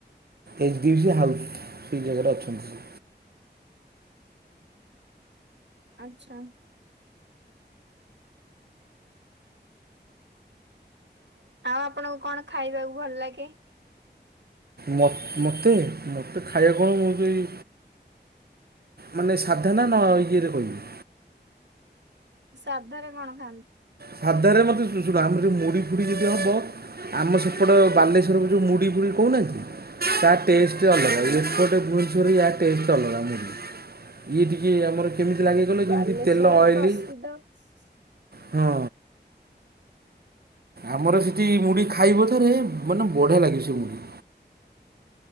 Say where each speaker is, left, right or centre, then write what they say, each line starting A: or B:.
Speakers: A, on the right (about 60°); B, on the right (about 75°).
A: ଏଚ୍ ଡିସ୍ ହାଉସ୍ ସେଇ ଜାଗାରେ ଅଛନ୍ତି।
B: ଆଚ୍ଛା। ଆଉ ଆପଣଙ୍କୁ କଣ ଖାଇବାକୁ ଭଲ ଲାଗେ?
A: ମତ୍, ମତେ ମତେ ଖାଇବାକୁ କଣ ମୁଁ ସେଇ ମାନେ ସାଧା ନା ନ ଇଏରେ କହିବି?
B: ସାଧରେ କଣ ଖାଆନ୍ତି?
A: ସାଧାରେ ମତେ ଶୁଶୁ ଶୁଣ ଆମରେ ମୁଢ଼ି ଫୁଢ଼ି ଯଦି ହବ ଆମ ସେପଟ ବାଲେଶ୍ୱରକୁ ଯୋଉ ମୁଡ଼ି ଫୁଡ଼ି କହୁନାହାନ୍ତି ତା ଟେଷ୍ଟ ଅଲଗା
B: ହଁ
A: ଏପଟେ ଭୁବନେଶ୍ୱର ଇଆ ଟେଷ୍ଟ ଅଲଗା ମୁଢ଼ି, ଇଏ ଟିକିଏ ଆମର କେମିତି ଲାଗେ କହିଲ
B: ବାଲେଶ୍ଵରରେ
A: ଯେମିତି ତେଲ ଅଏଲି।
B: <unintelligible>
A: ହଁ। ଆମର ସେଠି ମୁଢ଼ି ଖାଇବ ଥରେ ମାନେ ବଢ଼ିଆ ଲାଗିବ ସେ ମୁଢ଼ି।